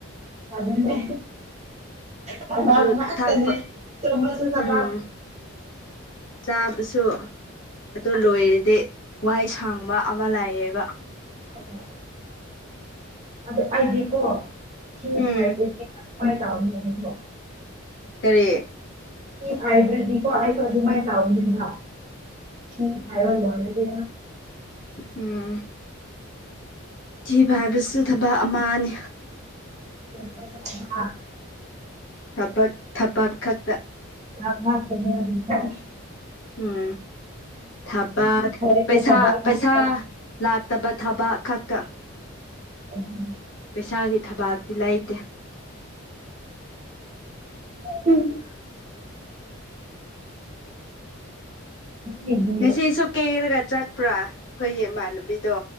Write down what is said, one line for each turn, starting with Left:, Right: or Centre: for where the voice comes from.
Right: ꯑꯗꯨꯅꯦ ꯊꯕꯛ
Left: ꯑꯗꯨ
Right: ꯉꯥꯛꯇꯅꯦ
Left: ꯊꯥꯛꯄ
Right: ꯇꯨꯝꯕꯁꯨ ꯊꯕꯛ
Left: ꯎꯝ ꯆꯥꯕꯁꯨ ꯑꯗꯨ ꯂꯣꯏꯔꯗꯤ ꯋꯥꯍꯏ ꯁꯥꯡꯕ ꯑꯃ ꯂꯥꯛꯌꯦꯕ
Right: ꯑꯣ ꯑꯗꯨ ꯑꯩꯗꯤꯀꯣ ꯊꯤ
Left: ꯎꯝ
Right: ꯐꯥꯏꯕꯗꯤ ꯍꯅ ꯇꯥꯕ ꯌꯦꯡꯉꯁꯤꯕꯣ
Left: ꯀꯔꯤ
Right: ꯁꯤ ꯍꯥꯏꯗ꯭ꯔꯗꯤꯀꯣ ꯑꯩꯁꯨ ꯑꯗꯨꯃꯥꯏꯅ ꯇꯥꯕꯅꯤꯕꯥ ꯁꯤ ꯍꯥꯏꯥꯏꯕꯣꯟ ꯃꯗꯗꯤ
Left: ꯎꯝ ꯊꯤꯕꯥꯏꯕꯁꯨ ꯊꯕꯛ ꯑꯃꯥꯅꯤ
Right: <unintelligible>
Left: ꯊꯕꯛ ꯊꯕꯛ ꯈꯛꯇꯥ
Right: ꯑꯃꯥ <unintelligible>
Left: ꯎꯝ ꯊꯕꯛ
Right: ꯑꯩꯈꯣꯏꯁꯦ
Left: ꯄꯩꯁꯥ
Right: ꯊꯕꯛ
Left: ꯄꯩꯁꯥ
Right: ꯉꯥꯛꯇ
Left: ꯂꯥꯛꯇꯕ ꯊꯕꯛ ꯈꯛꯇ
Right: ꯎꯝ
Left: ꯄꯩꯁꯥꯒꯤ ꯊꯕꯥꯛꯇꯤ ꯂꯩꯇꯦ
Right: ꯎꯝ ꯌꯦꯡꯕꯤꯔ
Left: ꯉꯁꯤꯁꯨ ꯀꯦꯔꯒ ꯆꯠꯄ꯭ꯔꯥ ꯑꯩꯈꯣꯏꯒꯤ ꯏꯃꯥꯟꯅꯕꯤꯗꯣ